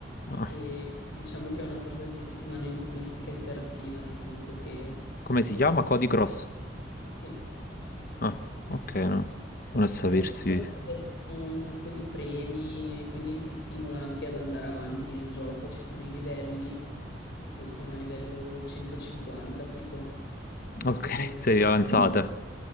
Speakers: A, on the left; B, on the left.
A: Ah,
B: e diciamo che è una sorta di settimana enigmistica interattiva, nel senso che
A: come si chiama?
B: se...
A: Cody Cross.
B: sì.
A: Ah, ok, no. Non a sapersi.
B: È bello perché ci sono un sacco di premi, e quindi ti stimola anche ad andare avanti nel gioco, ci sono i livelli. Io sono a livello 150 tipo.
A: Ok,
B: E...
A: sei avanzata.
B: <laughs>